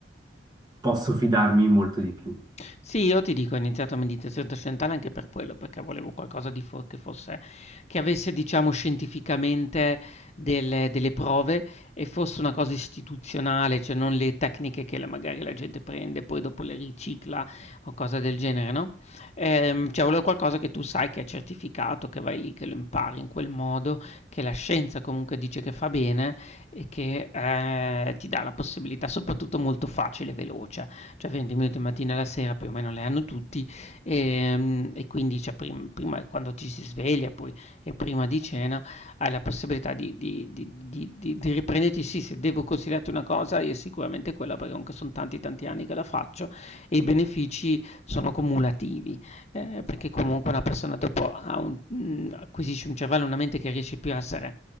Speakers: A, on the right (about 25°); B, on the left (about 35°).
A: posso fidarmi molto di più.
B: Sì, io ti dico, ho iniziato a meditazione trascendentale anche per quello, perché volevo qualcosa di fo che fosse che avesse, diciamo, scientificamente delle delle prove e fosse una cosa istituzionale, cioè non le tecniche che la magari la gente prende, poi dopo le ricicla o cose del genere, no, ehm, cioè volevo qualcosa che tu sai che è certificato, che vai lì, che lo impari in quel modo, che la scienza comunque dice che fa bene e che, ehm, ti dà la possibilità, soprattutto molto facile e veloce cioè 20 minuti mattina alla sera più o meno le hanno tutti e, e quindi cioè, prim- prima quando ci si sveglia poi, e prima di cena hai la possibilità di, di, di, di- di- di riprenderti, sì, se devo consigliarti una cosa io sicuramente quella perché comunque sono tanti tanti anni che la faccio e i benefici sono cumulativi eh, perché comunque una persona dopo ha un- mh, acquisisce un cervello, una mente che riesce più a essere